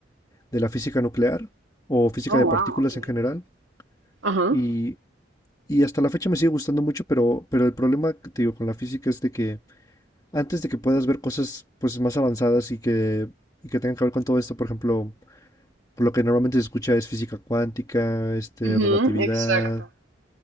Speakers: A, on the left; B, on the right.
A: de la física nuclear o física
B: Oh,
A: de partículas
B: wow, okay.
A: en general.
B: Ajá.
A: Y, y hasta la fecha me sigue gustando mucho, pero, pero el problema que te digo con la física es de que antes de que puedas ver cosas pues más avanzadas y que, y que tengan que ver con todo esto, por ejemplo, por lo que normalmente se escucha es física cuántica, este,
B: Ujú,
A: relatividad,
B: exacto.